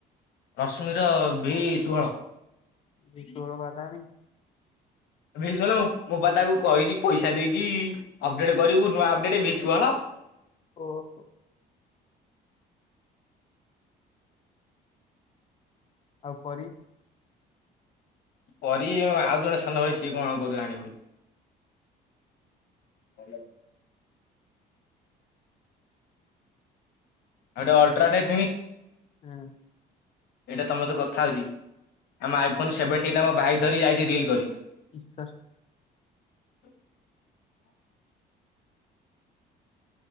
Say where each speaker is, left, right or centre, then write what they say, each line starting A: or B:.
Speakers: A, on the left; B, on the left.
A: ରଶ୍ମିର ଭି ସୁହଳ
B: ରିଶୋଡ ବାଦନୀ
A: ଭି ସୋଲୋ ମୁଁ ପା ତାକୁ କହିଛି ପଇସା ଦେଇଛି। ଛି ଆପଡେଟ କରିବୁ ନୂଆ ଅପଡେଟ ଭି ଷୋହଳ।
B: ଓହୋ। ଆଉ ପରୀ?
A: ପରୀ ଆଉ ଜଣେ ସାନ ଭାଇ ସିଏ କଣ କହୁଥିଲେ ଆଣିବ ବୋଲି। <unintelligible> ଏଇଟା ଅଲଟ୍ରାଟେକ୍।
B: ହା।
A: ଏଇଟା ତମତେ କଥା ହଉଛି ଆମ ଆଇଫୋନ ସେଭେଣ୍ଟିନ ଆମ ଭାଇ ଧରି ଯାଇଛି ରିଲ କରି।
B: କି ସାର୍
A: <unintelligible>